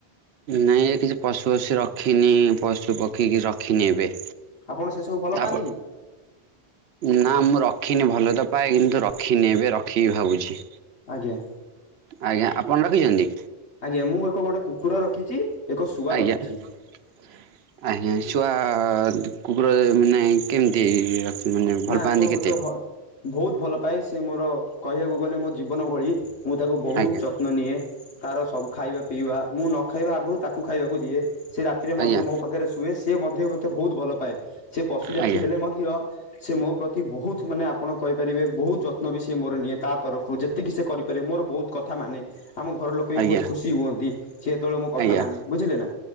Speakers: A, on the right; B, on the left.
A: ନାଇଁ କିଛି ପଶୁ ପକ୍ଷୀ ରଖିନି ପଶୁ ପକ୍ଷୀ କି ରଖିନି ଏବେ
B: ଆପଣ ସେ ସବୁ ଭଲ
A: ଆପ
B: ପାଆନ୍ତିନି।
A: ନା ମୁଁ ରଖିନି ଭଲ ତ ପାଏ କିନ୍ତୁ ରଖିନି ଏବେ ରଖିକି ଭାବୁଛି।
B: ଆଜ୍ଞା।
A: ଆଜ୍ଞା ଆପଣ ରଖିଛନ୍ତି
B: ଆଜ୍ଞା ମୁଁ ଏକ ଗୋଟେ କୁକୁର ରଖିଛି ଏକ ଶୁଆ
A: ଆଜ୍ଞା
B: ରଖିଛି
A: ଛୁଆ ପାଇଁ କେମିତି ମାନେ ଭଲ
B: ନା
A: ପାଆନ୍ତି
B: ମୁଁ
A: କେତେ?
B: ଏକ ବହୁତ ଭଲ ପାଏ। ସେ ମୋର କହିବାକୁ ଗଲେ ମୋ ଜୀବନ ଭଳି ମୁଁ ତାକୁ ବହୁତ
A: ଆଜ୍ଞା
B: ଯତ୍ନ ନିଏ। ତାର ସବୁ ଖାଇବା ପିଇବା ମୁଁ ନ ଖାଇବା ଆଗରୁ ତାକୁ ଖାଇବାକୁ ଦିଏ ସେ ରାତିରେ ମଧ୍ୟ
A: ଆଜ୍ଞା
B: ମୋ ପାଖରେ ଶୁଏ ସେ ମଧ୍ୟ ମୋତେ ବହୁତ ଭଲ ପାଏ ସେ ପଶୁ ଜାତି
A: ଆଜ୍ଞା
B: ହେଲେ ମଧ୍ୟ ମୋ ପ୍ରତି ବହୁତ ମାନେ ଆପଣ କହିପାରିବେ ବହୁତ ଯତ୍ନ ବି ସେ ମୋର ନିଏ ତା ତରଫରୁ ଯେତିକି ସେ କରିପାରିବେ ମୋର ବହୁତ କଥା ମାନେ ଆମ ଘର ଲୋକ ବି
A: ଆଜ୍ଞା
B: ବହୁତ ଖୁସି ହୁଅନ୍ତି ସି ଯେତେବେଳେ ମୁଁ କଥା
A: ଆଜ୍ଞା
B: ମାନେ ବୁଝିଲେ ନା